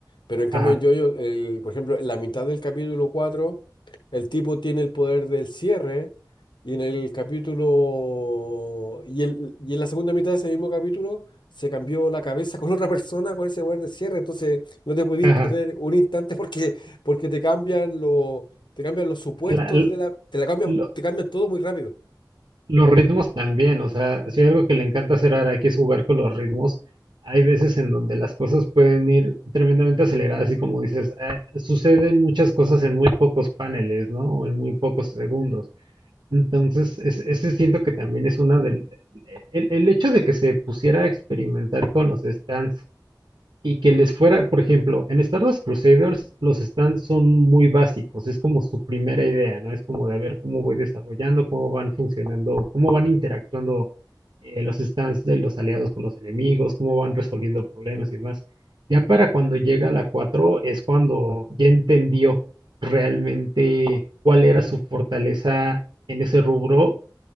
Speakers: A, on the left; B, on the right.
A: pero en cambio
B: ajá,
A: en Jojo, el, por ejemplo, en la mitad del capítulo 4 el tipo tiene el poder del cierre y en el capítulo... Y, el, y en la segunda mitad de ese mismo capítulo se cambió la cabeza <laughs> con otra persona con ese poder del cierre, entonces no te podís
B: ajá.
A: perder un instante porque, porque te cambian los... Te cambian los supuestos
B: La- l-
A: de la, te la cambian,
B: lo-
A: te cambian todo muy rápido.
B: Los ritmos también, o sea, si hay algo que le encanta hacer a Araki es jugar con los ritmos. Hay veces en donde las cosas pueden ir tremendamente aceleradas y como dices, eh, suceden muchas cosas en muy pocos paneles, ¿no? O en muy pocos segundos. Entonces, es- ese siento que también es una del... El, el hecho de que se pusiera a experimentar con los stands y que les fuera, por ejemplo, en Star Wars Crusaders los stands son muy básicos, es como su primera idea, ¿no? Es como de a ver cómo voy desarrollando, cómo van funcionando, cómo van interactuando eh, los stands de los aliados con los enemigos, cómo van resolviendo problemas y demás. Ya para cuando llega la 4 es cuando ya entendió realmente cuál era su fortaleza en ese rubro